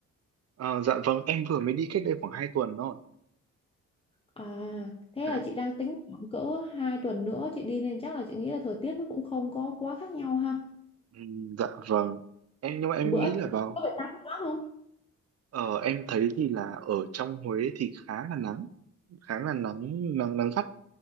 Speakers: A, on the right; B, on the left.
A: Ờ, dạ vâng, em vừa mới đi cách đây khoảng 2 tuần thôi.
B: À, thế
A: Dạ,
B: là chị đang tính khoảng cỡ hai tuần nữa chị đi nên chắc là chị nghĩ là thời tiết nó cũng không có quá khác nhau ha.
A: Ừm, dạ vâng, em nhưng mà em
B: Bữa
A: nghĩ là vào
B: có bị nắng quá không?
A: Ờ, em thấy thì là ở trong Huế thì khá là nắng, khá là nắng nắng nắng gắt